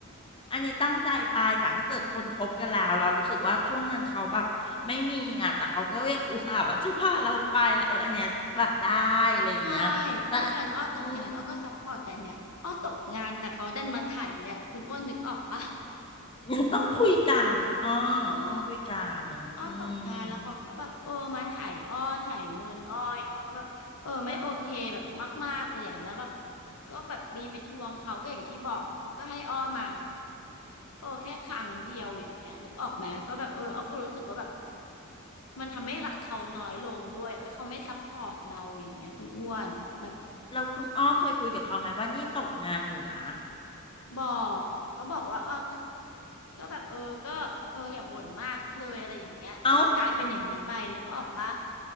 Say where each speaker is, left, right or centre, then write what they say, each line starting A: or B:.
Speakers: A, on the left; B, on the left.
A: อันนี้ตั้งใจไป แต่ถ้าเกิดคนคบกันแล้วเรารู้สึกว่าช่วงนั้นเขาแบบไม่มีอ่ะแต่เขาก็ยังอุตส่าห์แบบจะพาเราไปเอออันเนี้ยแบบได้อะไรอย่างเงี้ยแต่
B: ใช่ถ้าแฟนอ้อตกงานอ้อก็ซัพพอร์ตแต่เนี้ยอ้อตกงานแต่เขาดันมาไถอ่ะคุณอ้วนนึกออกปะ
A: อืมยังต้องคุยกันคุณอ้อ
B: โอ้
A: ต้องคุยกันอืม
B: อ้อตกงานแล้วเขาก็แบบเออมาไถอ้อไถเงินอ้ออย่างอ้อก็แบบเออไม่โอเคแบบมากๆเลยอ่ะแล้วแบบ
A: แล้ว
B: ก็แบบมีไปทวงเขาก็อย่างที่บอกอ่ะเขาก็ให้อ้อมาแบบ เออแค่ครั้งเดียวอย่างเงี้ยนึกออกไหมก็แบบเอออ้อก็รู้สึกว่าแบบมันทำให้รักเขาน้อยลงด้วยเอ้ยเขาไม่ซัพพอร์ตเราอย่างเงี้ยคุณอ้วนแบบ
A: แล้วคุณอ้อเคยคุยกับเขาไหมว่านี่ตกงานอยู่นะ
B: บอกก็บอกว่าอ้าวก็ก็แบบเออก็เอออย่าบ่นมากนักเลยอะไรอย่างเงี้ยก็คือกลายเป็นอย่างนี้ไปนึกออกปะ
A: เอ้า